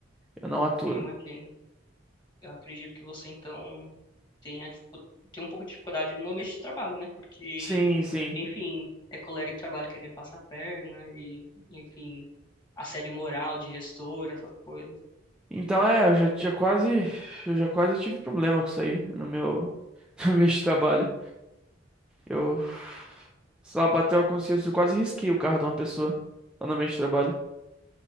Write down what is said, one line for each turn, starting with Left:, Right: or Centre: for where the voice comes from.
Centre: Eu não aturo.
Left: Eu imagino. Eu acredito que você, então, tenha, dificu- tem um pouco de dificuldade no ambiente de trabalho, né? Porque,
Centre: Sim, sim.
Left: enfim, é colega de trabalho querendo passar a perna e, enfim, assédio moral de gestor, essas coisas.
Centre: Então é, eu já, já quase, eu já quase tive problema com isso aí no meu, <laughs> no meu trabalho. Eu, sei lá, bateu a consciência, eu quase risquei o carro de uma pessoa lá no meio de trabalho.